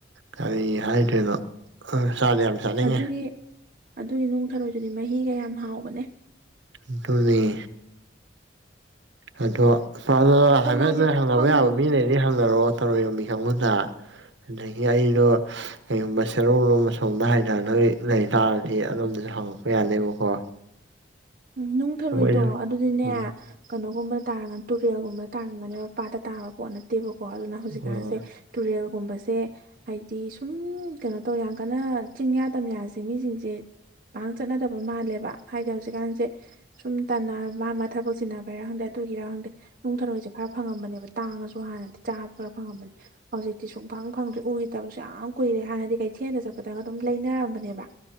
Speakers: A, on the right (about 75°); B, on the right (about 50°).
A: ꯀꯔꯤ ꯍꯥꯏꯗꯣꯏꯅꯣ ꯑꯥ ꯆꯥꯗꯤ ꯌꯥꯝ ꯆꯥꯅꯤꯡꯉꯦ
B: ꯑꯗꯨꯒꯤ ꯑꯗꯨꯒꯤ ꯅꯨꯡꯊꯔꯣꯏꯗꯨꯗꯤ ꯃꯍꯤꯒ ꯌꯥꯝ ꯍꯥꯎꯕꯅꯦ
A: ꯑꯗꯨꯅ‌ꯦ ꯑꯗ‌ꯣ ꯐꯅ
B: ꯑꯗꯣ
A: ꯍꯥꯏꯐꯦꯠ
B: ꯃꯥꯗꯤ
A: ꯅ‌ꯣꯏ ꯍꯪꯅꯕ
B: ꯐꯪ
A: ꯌꯥꯕ ꯃꯤ ꯂꯩꯔꯗꯤ <unintelligible> ꯍꯪꯅꯔꯛꯑꯣ ꯊꯔꯣꯏ ꯌ‌ꯣꯟꯕꯤ ꯀꯥꯡꯕꯨꯨꯗ ꯑꯗꯒꯤ ꯑꯩꯗ‌ꯣ ꯀꯩꯒꯨꯝꯕ ꯁꯦꯔꯧ ꯂꯣꯝ ꯑꯁꯣꯝꯗ ꯍꯥꯏꯊꯥꯅꯕ ꯂ ꯂꯩ ꯇꯥꯔꯗꯤ ꯑꯗꯣꯝꯗꯁꯨ ꯍꯪꯉꯛꯄ ꯌꯥꯅꯦꯕꯀꯣ
B: ꯎꯝ ꯅꯨꯡ ꯊꯔꯣꯏꯗꯣ
A: ꯃꯣꯏꯁꯨ
B: ꯑꯗꯨꯗꯤꯅꯦ
A: ꯎꯝ
B: ꯀꯩꯅꯣꯒꯨꯝꯕꯗ ꯇꯥꯔꯝꯒꯅꯤ ꯇꯨꯔꯦꯜꯒꯨꯝꯕꯗ ꯇꯥꯔꯝꯒꯅꯦꯕ ꯄꯥꯠꯇ ꯇꯥꯕ ꯄꯣꯠ ꯅꯠꯇꯦꯕꯀꯣ ꯑꯗꯨꯅ ꯍꯧꯖꯤꯛꯀꯥꯟꯁꯦ
A: ꯑꯣ
B: ꯇꯨꯔꯦꯜꯒꯨꯝꯕꯁꯦ ꯍꯥꯏꯗꯤ ꯁꯨꯝ ꯀꯩꯅꯣ ꯇꯧ ꯌꯥꯝ ꯀꯟꯅ ꯆꯤꯡꯌꯥ ꯇꯝꯌꯥꯁꯦ ꯃꯤꯁꯤꯡꯁꯦ ꯄꯥꯡ ꯆꯠꯅꯗꯕ ꯃꯥꯜꯂꯦꯕ ꯍꯥꯏꯗꯤ ꯍꯧꯖꯤꯛꯀꯥꯟꯁꯦ ꯁꯨꯝ ꯇꯥꯟꯅ ꯃꯥ ꯃꯥ ꯊꯕꯛ ꯆꯤꯟꯅꯕꯩꯔꯥ ꯈꯪꯗꯦ ꯑꯗꯨꯒꯤꯔ ꯈꯪꯗꯦ ꯅꯨꯡꯊꯥꯔꯣꯏꯁꯦ ꯈꯔ ꯐꯪꯉꯝꯕꯅꯦꯕ ꯇꯥꯡꯉꯁꯨ ꯍꯥꯟꯅꯗꯤ ꯆꯥꯕ ꯈꯔ ꯐꯪꯉꯝꯕꯅꯦ ꯍꯧꯖꯤꯛꯇꯤ ꯁꯨꯡꯐꯪ ꯐꯪꯗ꯭ꯔꯦ ꯎꯈꯤꯗꯕꯁꯨ ꯌꯥꯝ ꯀꯨꯏꯔꯦ ꯍꯥꯟꯅꯗꯤ ꯀꯩꯊꯦꯜꯗ ꯆꯠꯄꯗꯒ ꯑꯗꯨꯝ ꯂꯩꯅꯔꯝꯕꯅꯦꯕ